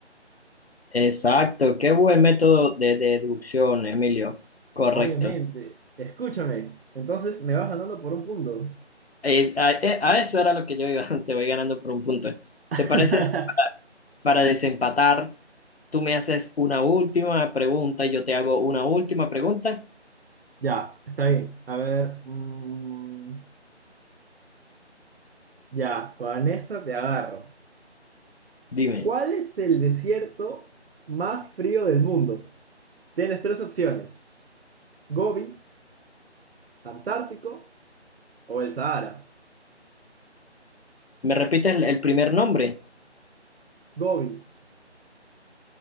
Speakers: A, on the left; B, on the right.
A: Exacto, qué buen método de deducción, Emilio. Correcto.
B: obviamente. Escúchame, entonces me vas ganando por un punto.
A: Eh, A, eh, a eso era lo que yo iba, <laughs> te voy ganando por un punto.
B: <laughs>
A: ¿Te parece si para, para desempatar, tú me haces una última pregunta y yo te hago una última pregunta?
B: Ya, está bien. A ver. mm, Ya, con esta te agarro.
A: Dime,
B: ¿Cuál es el desierto más frío del mundo? Tienes tres opciones: Gobi, Antártico o el Sahara.
A: ¿me repites el el primer nombre?
B: Gobi